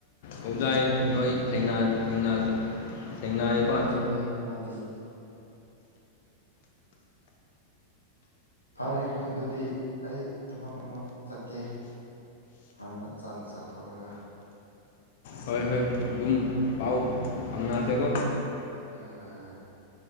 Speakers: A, on the left (about 50°); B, on the left (about 80°).
A: ꯍꯨꯝꯖꯥꯏ ꯅꯣꯏ ꯊꯦꯡꯅ- ꯊꯦꯡꯅ ꯊꯦꯡꯅꯩꯀꯣ
B: ꯌꯨꯝꯗ ꯂꯩꯌꯦ ꯃꯥꯗꯤ ꯐꯔꯦ ꯑꯗꯨꯗꯤ ꯑꯩ ꯊꯕꯛ ꯑꯃ ꯆꯠꯀꯦ ꯍꯥꯟꯅ ꯆꯥꯛ ꯆꯥꯊꯣꯔꯒ
A: ꯍꯣꯏ ꯍꯣꯏ ꯑꯗꯨꯝ ꯄꯥꯎ ꯐꯪꯅꯁꯦꯀꯣ
B: ꯍ ꯍꯣꯏ ꯍ